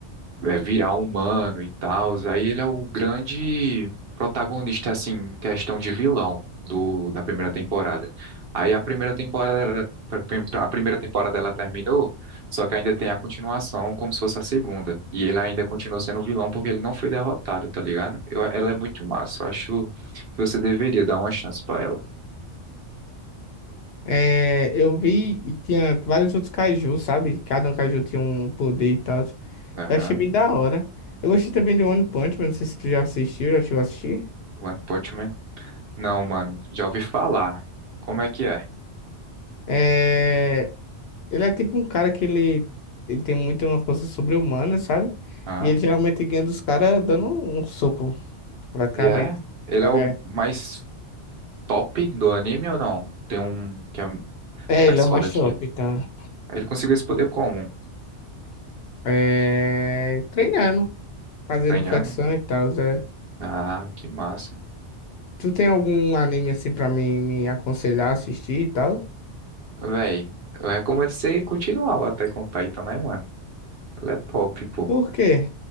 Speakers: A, on the right; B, on the left.
A: é, virar humano e tal. Aí ele é o grande protagonista, assim, em questão de vilão do, da primeira temporada. Aí a primeira temporada, a primeira temporada ela terminou, só que ainda tem a continuação como se fosse a segunda. E ele ainda continua sendo vilão porque ele não foi derrotado, tá ligado? Eu- ela é muito massa. Eu acho que você deveria dar uma chance pra ela.
B: É, eu vi e tinha vários outros Kaiju, sabe? Cada um Kaiju tinha um poder e tal.
A: Aham.
B: Eu achei bem da hora. Eu gostei também de One Punch Man, não sei se tu já assistiu, já chegou a assistir.
A: One Punch Man? Não, mano, já ouvi falar. Como é que é?
B: É, Ele é tipo um cara que ele, ele tem muito uma força sobre-humana, sabe?
A: Hã?
B: E ele geralmente ganha dos caras dando um soco, praticamente.
A: E é?
B: O
A: Ele
B: Cara,
A: é o
B: é,
A: mais top do anime ou não? Tem um que é
B: é,
A: mais
B: ele é o
A: foda
B: mais
A: que
B: top,
A: ele.
B: tá?
A: Ele conseguiu esse poder como?
B: É, treinando, fazendo
A: Ganhando?
B: flexão e tal, Zé.
A: Ah, que massa.
B: Tu tem algum anime assim pra mim me aconselhar a assistir e tal?
A: Véi, eu recomendo você continuar lá até com Titan, né, mano? Ele é top, pô.
B: Por quê?